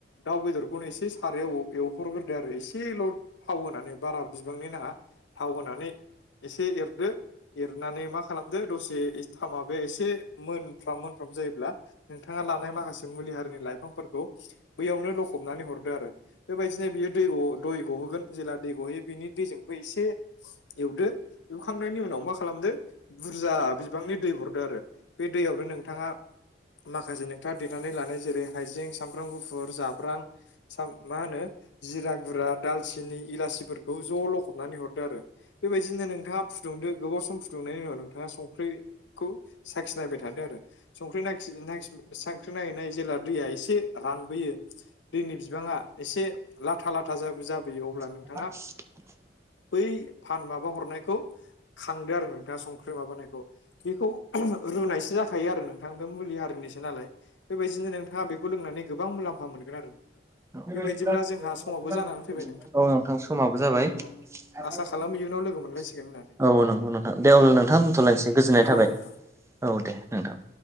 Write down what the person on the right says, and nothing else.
अनला
<unintelligible>
<unintelligible>
औ नोंथां समाबो जाबाय
औ
नंगौ नोंथां । दे अब्ला नोंथां बुंथ'लायनोसै गोजोननाय
थाबाय
औ दे नोंथां ।